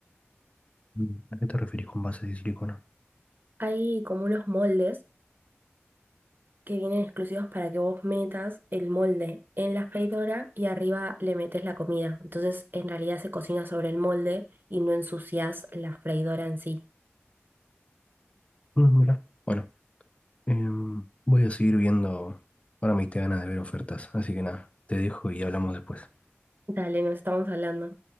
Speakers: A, on the left; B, on the right.
A: Mm, ¿A qué te referís con bases de silicona?
B: Hay como unos moldes que vienen exclusivos para que vos metas el molde en la freidora y arriba le metes la comida. Entonces, en realidad se cocina sobre el molde y no ensucias la freidora en sí.
A: Mm, mira. Bueno, Em, voy a seguir viendo. Ahora me diste ganas de ver ofertas, así que nada, te dejo y hablamos después.
B: Dale, nos estamos hablando.